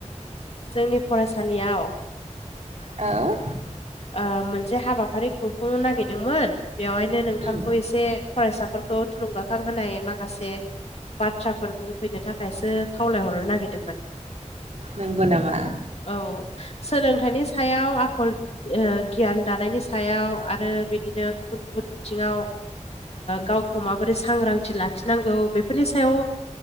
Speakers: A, on the left; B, on the right.
A: जोंनि फरायसालियाव
B: औ
A: ओ मोनसे हाबाफारि खुंफुंनो नागिरदोंमोन बेवहायनो नोंथांखौ
B: उम
A: एसे फरायसाफोरखौ थुलुंगाखां होनाय माखासे बाथ्राफोर बुंफैनो थाखायसो खावलायहरनो नागिरदोंमोन।
B: नोंगौ नामा?
A: औ सोलोंथाइनि सायाव आखल गियान दानायनि सायाव आरो बिदिनो गुबुन गुबुन बिथिङाव गावखौ माबोरै सांग्रांथि लाखिनांगौ बेफोरनि सायाव